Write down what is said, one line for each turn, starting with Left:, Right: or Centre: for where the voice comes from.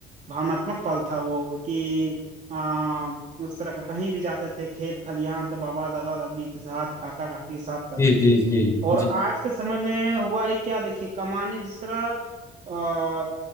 Right: भावनात्मक पल था वो कि आ, उस तरह का कहीं भी जाते थे खेत खलिहान तो बाबा दादा दादी के साथ काका काकी के साथ जाते
Left: जी जी
Right: थे
Left: जी
Right: और
Left: जी
Right: आज के समय में हुआ है क्या देखिए कमाने जिस तरह आ,